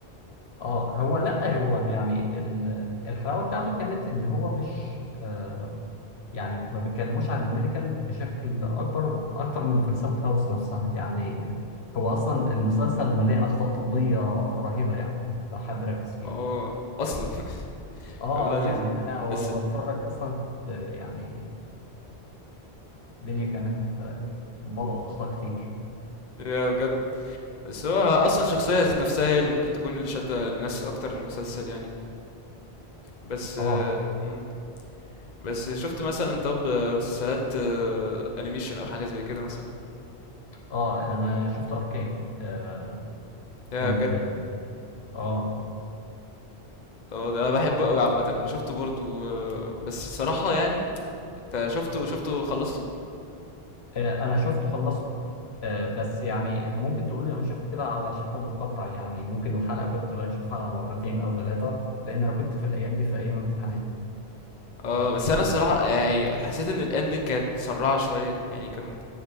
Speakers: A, on the left; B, on the left.
A: اه هو لا هو يعني ال- الحلاوه بتاعته كانت ان هو مش آه يعني ما بيتكلموش عن الميديكال بشكل اكبر اكتر من فلسفه هاوس نفسها يعني هو اصلا المسلسل مليء اخطاء طبيه رهيبه يعني لو حد ركز فيه
B: اه اصلا <laughs>
A: اه
B: ابو العزيز
A: آه، يعني انا وانا
B: بس
A: بتفرج اصلا كنت يعني الدنيا كانت آه، بلقط اخطاء كتير
B: يا بجد بس هو اصلا شخصية ذات نفسها هي اللي ممكن تكون اللي شادة الناس اكتر للمسلسل يعني بس
A: اه
B: آه، مم. بس شفت مثلا طب آه، مسلسلات آه، انيميشن او حاجة زي كده مثلا
A: اه انا شفت اركان آه
B: يا
A: كنت
B: بجد
A: اه
B: اه ده بحبه قوي عامة انا شفته برضو آه، بس الصراحة يعني انت شفته شفته خلصته
A: آه، انا شفته خلصته آه، بس يعني ممكن تقولي انا شفته كده على شكل متقطع يعني ممكن الحلقة كنت بشوفها على مرتين او ثلاثة لان انا كنت في الايام دي في ايام امتحانات
B: اه
A: آه،
B: بس انا الصراحه يعني حسيت ان الاندنج كانت مسرعه شويه يعني كانوا